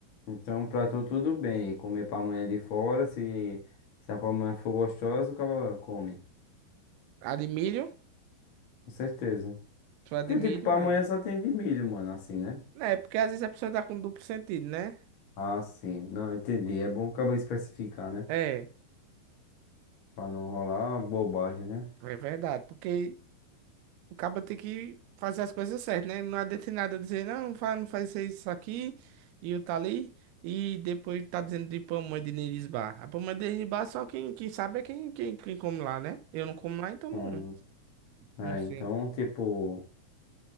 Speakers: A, on the left; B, on the right.
A: Então, pra tu tudo bem. Comer pamonha de fora, se, se a pamonha for gostosa, o cara come.
B: A de milho.
A: Com certeza.
B: Só a
A: Porque,
B: de milho,
A: tipo, pamonha
B: aí.
A: só tem de milho, mano, assim, né?
B: É, porque às vezes a pessoa tá com duplo sentido, né?
A: Ah, sim. Não, entendi. É bom o especificar, né?
B: É,
A: Pra não rolar bobagem, né?
B: é verdade. Porque O cara tem que fazer as coisas certas, né? Não adianta de nada dizer, não, não faz, não faz isso aqui, e o tá ali, e depois tá dizendo de pamonha de Nerisbar. A pamonha de Nerisbar só quem, quem sabe é quem, quem, quem come lá, né? Eu não como lá, então não,
A: Hum, é,
B: não sei.
A: então, tipo,